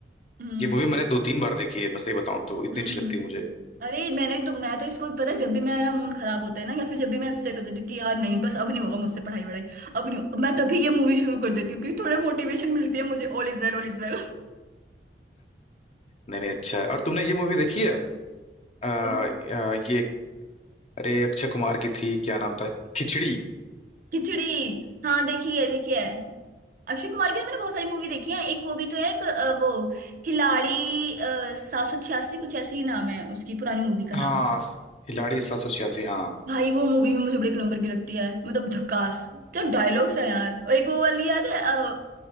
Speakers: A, on the right (about 50°); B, on the left (about 35°).
A: हम्म
B: ये मूवी मैंने दो तीन बार देखी है मैं सही बताऊं तो इतनी
A: हम्म
B: अच्छी
A: हम्म।
B: लगती है मुझे
A: अरे मैंने तो मैं तो इसको पता है जब भी मेरा मूड खराब होता है ना या फिर जब भी मैं अपसेट हो जाती हूँ कि यार नहीं बस अब नहीं होगा मुझसे पढ़ाई वढ़ाई अब नहीं हो- मैं तभी ये मूवी शुरू कर देती हूँ क्योंकि थोड़े मोटिवेशन मिलती है मुझे all is well all is well
B: नहीं नहीं अच्छा है और तुमने ये मूवी देखी है आ, आ,
A: <laughs>
B: ये अरे अक्षय कुमार की थी क्या नाम था खिचड़ी
A: खिचड़ी हाँ देखी है देखी है अक्षय कुमार की तो मैंने बहुत सारी मूवी देखी है एक वो भी तो है एक, अ, वो खिलाड़ी सात सौ छियासी कुछ ऐसी ही नाम है उसकी पुरानी मूवी का
B: हाँ
A: नाम
B: खिलाड़ी सात सौ छियासी हाँ
A: भाई वो मूवी भी मुझे बड़े एक नंबर की लगती है मतलब झकास क्या डायलॉग्स है यार और एक वो वाली याद है अ,